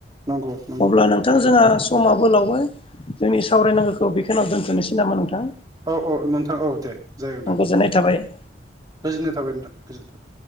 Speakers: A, on the right (about 20°); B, on the left (about 30°).
A: नंगौ नंगौ
B: अब्ला नोंथां जोंहा समाबो लावबाय जोंनि सावरायनांगौखौ बेखिनि आव दोनथ'नोसै नामा नोंथां?
A: औ औ नोंथां औ दे जागोन दे
B: गोजोननाय
A: नोंथां।
B: थाबाय
A: गोजोननाय थाबाय नोंथां गोजोननाय थाबाय।